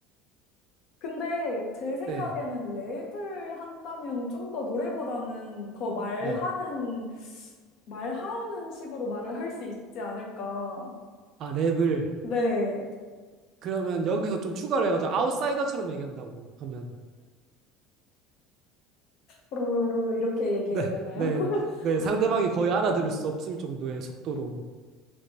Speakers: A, on the left; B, on the right.
A: 근데 제 생각에는
B: 네.
A: 랩을 한다면 좀 더 노래보다는 더 말하는,
B: 네.
A: 말하는 식으로 말을 할 수 있지 않을까.
B: 아, 랩을.
A: 네.
B: 그러면 여기서 좀 추가를 해가지고 아웃사이더처럼 얘기한다고 하면.
A: 뽀로로로로 이렇게 얘기해야
B: 네,
A: 되나요?
B: 네,
A: <laughs>
B: 네.
A: 아,
B: 상대방이 거의 알아들을 수 없을 정도의 속도로.